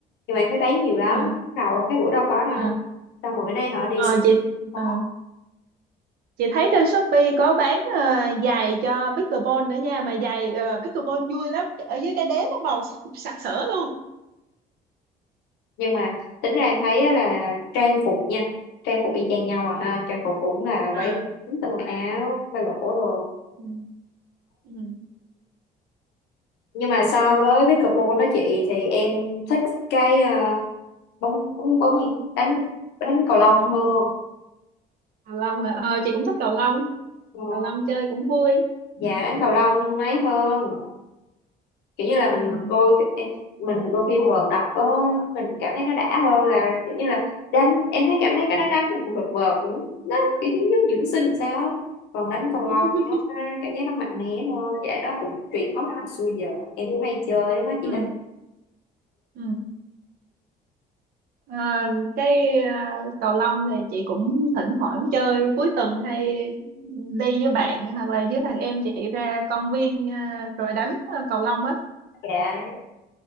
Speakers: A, on the left; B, on the right.
A: nhưng mà em thấy bán nhiều lắm
B: ờ
A: đầu cái bữa đâu có đâu
B: ờ
A: xong rồi bữa nay họ đi
B: Ờ,
A: siêu- thị
B: chị
A: có
B: ờ, chị thấy trên Shopee có bán ờ, giày cho pickleball nữa nha mà giày ờ, pickleball vui lắm ở dưới cái đế nó màu sắc- sặc sỡ luôn
A: nhưng mà tính ra em thấy á là trang phục nha trang phục y chang nhau à ha trang phục cũng là
B: à
A: váy ngắn, tà quần áo ba lỗ đồ
B: ừ, ừ.
A: nhưng mà so với pickleball đó chị thì em thích cái ờ, bóng bóng bóng gì đánh đánh cầu lông hơn
B: cầu lông à. ờ chị cũng thích cầu lông
A: Ờ,
B: cầu lông chơi cũng vui
A: dạ đánh cầu lông mấy hơn kiểu như là mình
B: ừ.
A: đôi mình đôi khi vợt đập có mình cảm thấy nó đã hơn là kiểu như là đánh em thấy cảm thấy cái đó đánh mình vợt vợt cũng- nó kiểu như giống dưỡng sinh sao á. còn đánh cầu
B: <laughs>
A: lông thì nó cảm giác nó mạnh mẽ hơn dạ nó cũng truyền thống từ xưa giờ em cũng hay chơi đúng đó chị
B: ừ.
A: đó
B: ừ. À, cái à, cầu lông thì chị cũng thỉnh thoảng chơi cuối tuần hay đi với bạn hoặc là với thằng em chị ra công viên à, rồi đánh à, cầu lông á
A: dạ